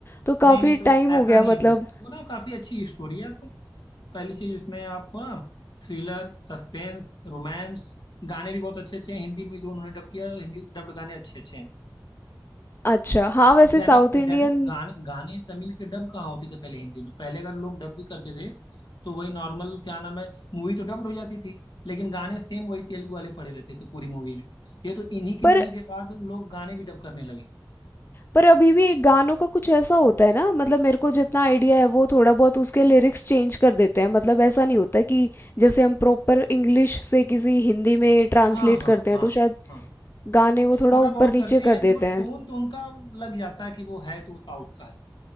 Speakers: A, on the left (about 30°); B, on the left (about 65°).
A: तो काफी
B: नहीं नहीं तो
A: टाइम हो
B: ऐसा
A: गया
B: नहीं
A: मतलब
B: है वो वो ना काफी अच्छी स्टोरी है आपको पहली चीज उसमें आपको ना थ्रिलर सस्पेंस रोमांस गाने भी बहुत अच्छे अच्छे हैं हिंदी में जो उन्होंने डब किया है हिंदी डब्ड गाने अच्छे अच्छे हैं
A: अच्छा हाँ वैसे
B: डबिंग
A: साउथ इंडियन
B: डबिंग गाने गाने तमिल के डब कहाँ होते थे पहले हिंदी में पहले अगर लोग डब भी करते थे तो वही नॉर्मल क्या नाम है मूवी तो डब्ड हो जाती थी लेकिन गाने सेम वही तेलुगु वाले पड़े रहते थे पूरी मूवी में ये तो इन्हीं की
A: पर
B: मूवी के बाद लोग गाने भी डब करने लगे
A: पर अभी भी गानों का कुछ ऐसा होता है ना मतलब मेरे को जितना आइडिया है वो थोड़ा बहुत उसके लिरिक्स चेंज कर देते हैं मतलब ऐसा नहीं होता कि जैसे हम प्रॉपर इंग्लिश से किसी हिंदी में ट्रांसलेट
B: हाँ हाँ
A: करते हैं
B: हाँ
A: तो शायद
B: हाँ
A: गाने वो
B: नहीं
A: थोड़ा
B: थोड़ा
A: ऊपर
B: बहुत
A: नीचे
B: करते हैं
A: कर
B: देखो
A: देते
B: टोन
A: हैं
B: तो उनका लग जाता है कि वो है तो साउथ का है